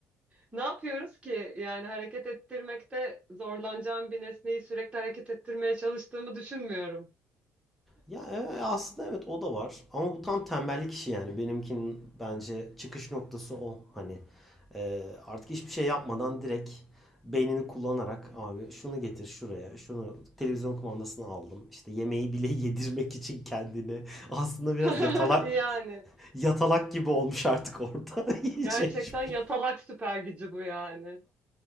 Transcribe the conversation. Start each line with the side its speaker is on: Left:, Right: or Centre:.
Right: Ne yapıyoruz ki? Yani hareket ettirmekte zorlanacağım bir nesneyi sürekli hareket ettirmeye çalıştığımı düşünmüyorum.
Centre: Ya e, aslında evet o da var. Ama bu tam tembellik işi yani. Benimkinin bence çıkış noktası o. Hani e, artık hiçbir şey yapmadan direkt beynini kullanarak abi şunu getir şuraya, şunu televizyon kumandasını aldım. İşte yemeği bile <laughs> yedirmek için kendini. Aslında biraz
Right: <laughs>
Centre: yatalak
Right: Yani
Centre: yatalak gibi olmuş artık orada. <laughs> Hiç
Right: gerçekten
Centre: hiçbir-
Right: yatalak süper gücü bu yani.